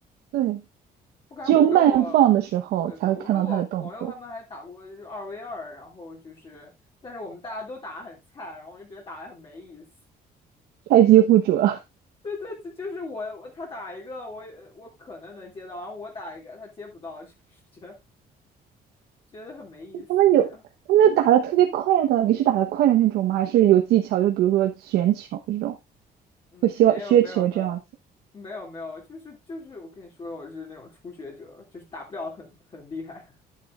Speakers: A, on the right (about 85°); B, on the left (about 35°).
A: 对，
B: 我感觉我跟我，
A: 只有慢放的时候才会看到他的动作，
B: 对对，我跟我朋友他们还打过就是二 v 二，然后就是，但是我们大家都打得很菜，然后我就觉得打得很没意思。
A: 菜鸡互啄。
B: <laughs> 对对，这就是我我他打一个我也我可能能接到，然后我打一个他接不到，<laughs> 就是觉得觉得很没意思这样。
A: 他们有他们有打的特别快的，你是打的快的那种吗？还是有技巧？就比如说旋球这种，
B: 嗯，
A: 会削削球这样子。
B: 没有没有没有没有没有，就是就是我跟你说，我是那种初学者，就是打不了很很厉害。